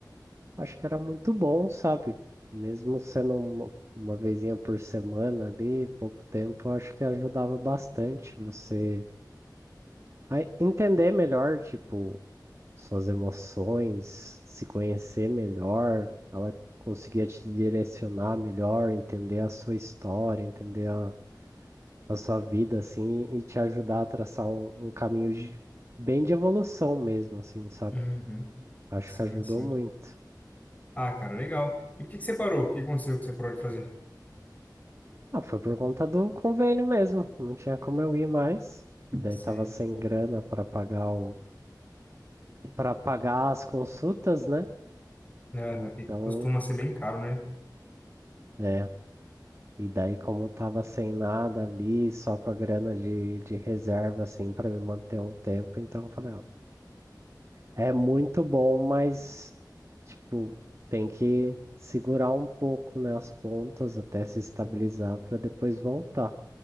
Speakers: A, on the right; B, on the left.
A: Acho que era muito bom, sabe? Mesmo sendo uma, uma vezinha por semana ali, pouco tempo, acho que ajudava bastante você a entender melhor, tipo, suas emoções, se conhecer melhor. Ela conseguia te direcionar melhor, entender a sua história, entender a, a sua vida, assim, e te ajudar a traçar um, um caminho de- bem de evolução mesmo, assim, sabe?
B: Uhum,
A: Acho
B: sim,
A: que ajudou
B: sim.
A: muito.
B: Ah, cara, legal. E por que que você parou? O que aconteceu que você parou de fazer?
A: Ah, foi por conta do convênio mesmo. Não tinha como eu ir mais. E daí
B: Sei.
A: tava sem grana para pagar o para pagar as consultas, né?
B: Aham,
A: Então,
B: e costuma ser bem caro, né?
A: é. E daí como tava sem nada ali, só com a grana de, de reserva assim para me manter um tempo, então eu falei, ó, é muito bom, mas tipo, tem que segurar um pouco, né, as pontas até se estabilizar
B: Hum,
A: para depois voltar.